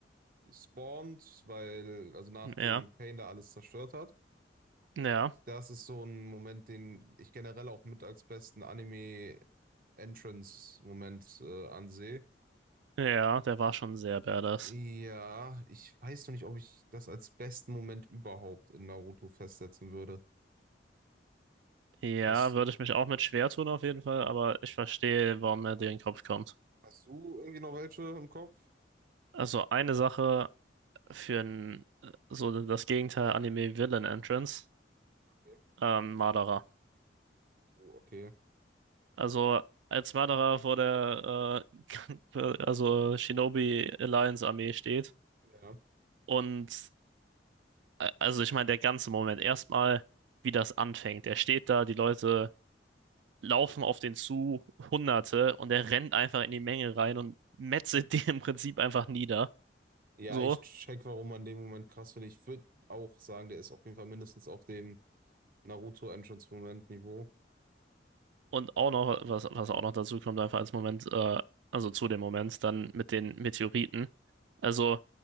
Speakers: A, on the right; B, on the right.
A: spawnt, weil, also nachdem
B: Ja,
A: Pain da alles zerstört hat.
B: ja,
A: Das ist so ein Moment, den ich generell auch mit als besten Anime-Entrance-Moment äh, ansehe.
B: ja, der war schon sehr badass.
A: Ja, ich weiß noch nicht, ob ich das als besten Moment überhaupt in Naruto festsetzen würde.
B: Ja,
A: Hast,
B: würde ich mich auch mit schwer tun auf jeden Fall, aber ich verstehe, warum mir dir in den Kopf kommt.
A: hast du irgendwie noch welche im Kopf?
B: Also eine Sache für ein, so das Gegenteil Anime Villain Entrance,
A: Okay.
B: ähm, Madara.
A: Oh, okay.
B: Also als Wanderer vor der äh, <laughs> also Shinobi Alliance Armee steht
A: Ja.
B: und äh, also ich meine der ganze Moment erstmal wie das anfängt. Er steht da, die Leute laufen auf den zu, Hunderte und er rennt einfach in die Menge rein und metzelt <laughs> die im Prinzip einfach nieder.
A: Ja,
B: So.
A: ich check, warum man den Moment krass finde. Ich würde auch sagen, der ist auf jeden Fall mindestens auf dem Naruto-Entrance-Moment-Niveau.
B: Und auch noch was was auch noch dazu kommt einfach als Moment äh, also zu dem Moment dann mit den Meteoriten. Also